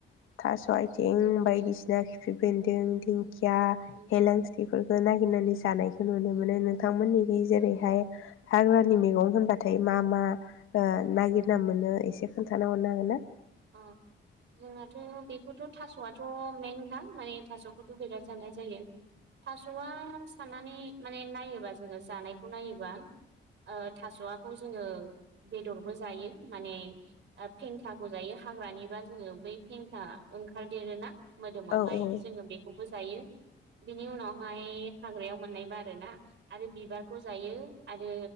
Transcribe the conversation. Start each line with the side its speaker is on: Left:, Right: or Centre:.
Left: थास' आथिं बायदिसिना खिफि बेन्दों दिं खिया,
Right: उम
Left: हेलांसिफोरखौ नागिरनानै जानायखौ नुनो मोनो ।नों थांमोननिखै जेरैहाय
Right: औ
Left: हाग्रानि मैगं होनबाथाय मा मा ओ नागिरना मोनो एसे खोन्थाना हरनो हागोन ना?
Right: अ जोंनाथ' बेखौथ' थास'आथ' मेन हा माने थास'खौथ' बिराथ जानाय जायो थास'आ साननानै माने नायोबा जोङो जानायखौ नायोबा ओ थास'वाखौ जोङो बेदरबो जायो माने फेंखा बो जायो हाग्रानिबा जोङो बै फेेनखा ओंखारदेरोना? मोदोमावहाय
Left: औ औ
Right: जोङो बेखौबो जायो। बिनि उनावहाय हाग्रायाव मोननायबा आरो ना? आरो बिबारखौ जायो। आरो